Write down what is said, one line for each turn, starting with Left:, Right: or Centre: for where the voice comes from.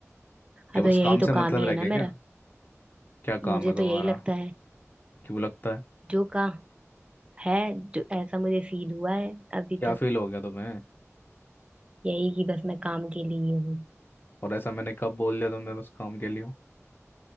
Left: क्या
Right: हाँ
Left: बस
Right: तो यही
Left: काम
Right: तो
Left: से मतलब
Right: काम ही है
Left: रह गया
Right: ना मेरा
Left: क्या क्या काम
Right: मुझे
Left: है
Right: तो
Left: तुम्हारा
Right: यही लगता है
Left: क्यों लगता है
Right: जो का है जो ऐसा मुझे फील हुआ है अभी
Left: क्या
Right: तक
Left: फील हो गया तुम्हें
Right: यही कि बस मैं काम के लिए ही हूँ
Left: और ऐसा मैंने कब बोल दिया तुम्हें बस काम के लिए हो?